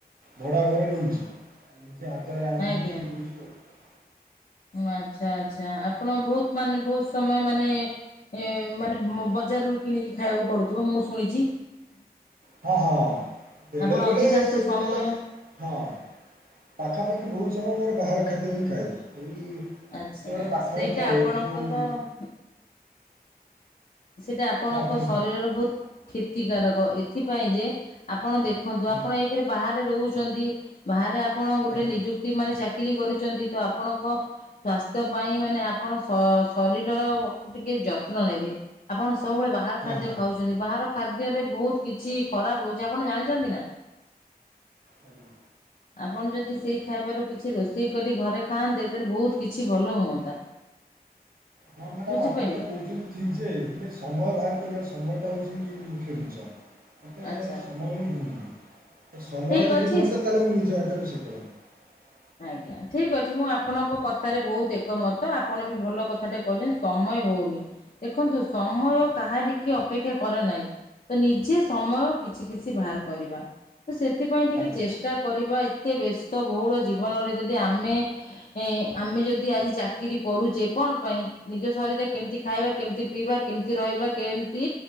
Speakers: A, on the right; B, on the left.
A: ଭଡା ଘରେ ରହୁଛି। ସେ ହାତରେ ରାନ୍ଧିକି
B: ଆଜ୍ଞା।
A: ରୋଷେଇ କରୁଛି ଆଉ।
B: ଆଚ୍ଛା ଆଚ୍ଛା ଆପଣ ବହୁତ ମାନେ ବହୁତ ସମୟ ମାନେ ଏ ମାନେ ବଜାରରୁ କିଣିକି ଖାଇବାକୁ ପଡୁଥିବ ମୁଁ ଶୁଣିଛି।
A: ହଁ ହଁ ବେଳେବେଳେ
B: ଆପଣ ଅଧିକାଂଶ
A: ଯେତେବେଳେ
B: ସମୟ
A: ହଁ। ପାଖାପାଖି ବହୁତ ସମୟ ମୋର ବାହାର ଖାଦ୍ୟ ହିଁ ଖାଏ। ଏଇ ଯେତେବେଳେ
B: ଆଚ୍ଛା
A: ପାଖରେ
B: ସେଇଟା
A: ଥାଏ
B: ଆପଣଙ୍କର
A: ଯୋଉ
B: ସେଟା ଆପଣଙ୍କ
A: ହଁ କୁହନ୍ତୁ
B: ଶରୀରର ବହୁତ କ୍ଷତିକାରକ ଏଥିପାଇଁ ଯେ ଆପ ଆପଣ ଦେଖନ୍ତୁ
A: ହୁଁ
B: ଆପଣ ଏକେ ରେ ବାହାରେ ରହୁଛନ୍ତି ବାହାରେ ଆପଣ ଗୋଟେ
A: ଆଜ୍ଞା
B: ନିଯୁକ୍ତି ମାନେ ଚାକି କିରୀ କରିଛନ୍ତି ତ ଆପଣଙ୍କ ସ୍ୱାସ୍ଥ୍ୟ ପାଇଁ ମାନେ ଆପଣ ଶଶରୀର ଟିକେ ଯତ୍ନ ନେବେ ଆପଣ ସବୁବେଳେ ବାହାର
A: ହଁ
B: ଖାଦ୍ୟ
A: ହଁ
B: ଖାଉଛନ୍ତି ବାହାର ଖାଦ୍ୟରେ ବହୁତ କିଛି ଖରାପ ରହୁଛି ଆପଣ ଜାଣିଛନ୍ତି ନା?
A: ଆଜ୍ଞା।
B: ଆପଣ ଯଦି ସେଇ ଖାଇବାରୁ କିଛି ରୋଷେଇ କରି ଘରେ ଖାଆନ୍ତେ ତାହେଲେ ବହୁତ କିଛି ଭଲ ହୁଅନ୍ତା। <inaudible>
A: ହଁ ମ୍ୟାଡାମ
B: ବୁଝିପାରିଲେ
A: ଆପଣ ଯାହା କହୁଛନ୍ତି ଠିକ ଯେ ହେଲେ ସମୟ ବାହାର କରିବା ସମୟଟା ହେଉଛି ମୁଖ୍ୟ ଜିନିଷ ମୋତେ
B: ଆଚ୍ଛା
A: ସମୟ ହିଁ ହୁଅନି। ସମୟ
B: ଠିକ୍
A: ଯଦି
B: ଅଛି।
A: ହୁଅନ୍ତା ତାହେଲେ ମୁ ନିଜେ ହାତରେ ରୋଷେଇ କରନ୍ତି।
B: ଆଜ୍ଞା ଠିକ ଅଛି ମୁଁ ଆପଣଙ୍କ କଥାରେ ବହୁତ ଏକମତ ଆପଣ ବି ଭଲ କଥାଟେ କହୁଛନ୍ତି ସମ ହଉନି ଦେଖନ୍ତୁ ସମୟ
A: ଆଜ୍ଞା
B: କାହାରି କି ଅପେକ୍ଷା କରେ ନାହିଁ। ତ ନିଜେ ସମୟ କିଛି କିଛି ବାହାର କରିବା। ସେଥିପାଇଁ ଟିକେ
A: ଆଜ୍ଞା
B: ଚେଷ୍ଟା କରିବା ଏତେ ବ୍ୟସ୍ତ ବହୁଳ ଜୀବନରେ ଯଦି ଆମେ ଏ ଆମେ ଯଦି ଆଜି ଚାକିରି କରୁଛେ କଣ ପାଇଁ ନିଜ ଶରୀରେ କେମତି ଖାଇବା କେମିତି ପିଇବା କେମିତି ରହିବା କେମିତି